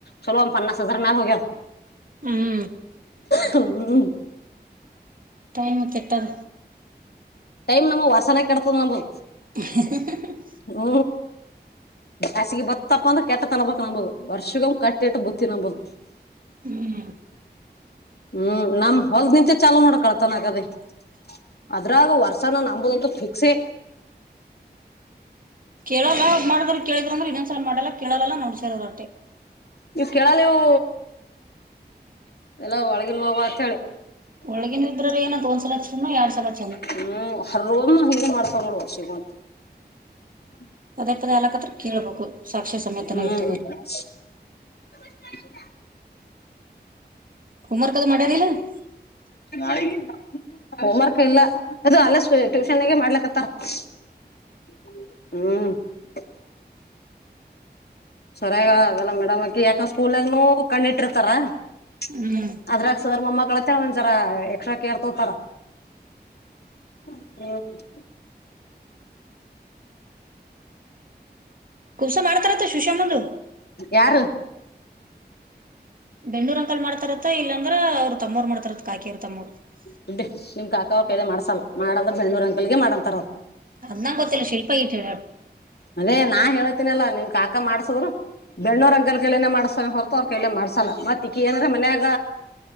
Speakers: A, on the left (about 65°); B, on the right (about 55°).
A: ಚಲೋ ಒಂದ್ ಪನ್ನ <unintelligible>
B: ಹ್ಮ್
A: ಹ್ಮ್
B: ಟೈಮ್ ಕೆಟ್ಟದ
A: ಟೈಮ್ ನಮ್ ಹೊರ್ಸನ ಕೆಡತದ ನಮ್ದು
B: <unintelligible>
A: ಹ್ಮ ಬ್ಯಾಸಿಗೆ ಬತ್ತಪ್ಪ ಅಂದ್ರ ಕೆಟ್ಟ ತನ್ಬಕ್ ನಂಬದು ವರ್ಷಗ ಕಟ್ಟ ಇಟ್ಟ ಬುತ್ತಿ ನಂಬದು
B: ಹ್ಮ್
A: ಹ್ಮ್ ನಮ್ <unintelligible> ಕಳ್ತನ ಆಗಬೇಕು ಅದ್ರಾಗ ವರ್ಷ ನ ನಂಬೋದಂತೂ ಫಿಕ್ಸೇ
B: ಕೇಳಲ್ಲ ಮಾಡಿದ್ರರು ಕೇಳಿದ್ರ ಅಂದ್ರೆ ಇನ್ನೊಂದ್ಸಲ ಮಾಡಲ್ಲ ಕೇಳೋಲ್ಲ ನೋಡ್ಸರದ ಹೊಟೆ
A: ನೀವ್ ಕೇಳಲಿವು ಎಲ್ಲ ಒಳಗಿನ ಮಗುವ ಅತ್ ಹೇಳಿ
B: ಒಳಗಿನ ಇದ್ರರು ಏನಂದ ಒಂದ್ಲಕ್ಷ ಎರಡ್ ಸಲಕ್ಷ <unintelligible>
A: ಹ್ಮ್ ಹರ್ವಮ್ಮ ಹಿಂಗಗೆನ್ ಮಾಡ್ಕೊಂಡ ನೋಡುವ ಶಿಮಂತ <unintelligible>
B: ಪದೇ ಪದೇ ಆಲಕ್ತ್ರ ಕೇಳ್ಬೇಕು ಸಾಕ್ಷ್ಯ ಸಮೇತನ
A: ಹ್ಮ್
B: ಇರ್ತದೆಲ್ಲಿ <unintelligible>
A: <inaudible>
B: ಹೋಮ್ವರ್ಕ್ ಅದು ಮಾಡ್ಯದಿಲ್ಲ <unintelligible>
A: ಹ ಳ <inaudible> ಹೋಮ್ ವರ್ಕ್ ಇಲ್ಲ ಅದು ಅಲ್ಲ ಟ್ಯೂಷನ್ಗ ಮಾಡ್ಲಕ್ಕತ್ತರ <unintelligible> ಹ್ಮ್ <unintelligible> ಸೊರಾಗ ಆಗಲ್ಲ ಮೇಡಮ್ ಅಕಿ ಯಾಕ ಸ್ಕೂಲ್ ನಾಗೂ ಕಣ್ಣಿಟ್ಟಿರ್ತಾರ <unintelligible>
B: ಹ್ಮ್
A: ಅದ್ರಾಗ ಸರ್ ಮೊಮ್ಮಕ್ಕಳತ್ತ ಒಂದ್ಸರ ಎಕ್ಸ್ಟ್ರಾ ಕೇರ್ ತೋತಾರ <unintelligible> ಹ್ಮ್ <unintelligible>
B: ಕುುಸ ಮಾರತಾರತ ಸುಷಾಮಂದುು
A: ಯಾರು
B: ಬೆಂಡೂರ್ ಅಂಕಲ್ ಮಾಡ್ತಾರತ್ತ ಇಲ್ಲಾಂದ್ರ ಅವ್ರ ತಮ್ಮವರ್ ಮಾಡ್ತಾರತ್ ಆಕಿಯ ಅವ್ರ ತಮ್ಮೋರು <unintelligible>
A: ದುಡ್ಡಿ ನಿಮ್ ಕಾಕಾ ಅವ ಕದ ಮಾಡ್ಸಲ್ಲಾ ಮಾಡ ಅಂದ್ರೆ ಬೆಳ್ನೂರು ಅಂಕಲ್ಗೆ ಮಾಡಂತಾರ ಅವ
B: ಅದ್ ನಂಗ್ ಗೊತ್ತಿಲ್ಲ ಶಿಲ್ಪಾ ಇಟ್ ಹೇಳ <unintelligible>
A: ಅದೇ ನಾ ಹೇಳತನಲ್ಲಾ ನಿಮ್ ಕಾಕಾ ಮಾಡ್ಸಿದ್ರು <unintelligible> ಬೆಣ್ಣೂರ್ ಅಂಗಲ್ ಎಲ್ಲನ ಮಾಡಸ ಹೊರ್ತ ಅವ್ರ ಎಲ್ಲ ಮಾಡಸಲ್ಲ ಮ ತಿಕ್ಕಿ ಏನ್ರ ಮನ್ಯಾಗ